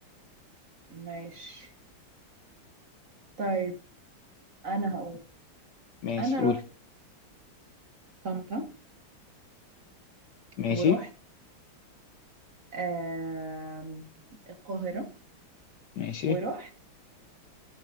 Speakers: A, on the right (about 45°); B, on the left (about 65°).
A: ماشي طيب انا هقول
B: ماشي
A: انا رحت
B: قول
A: طنطا
B: ماشي
A: ورحت آم، القاهرة
B: ماشي
A: ورحت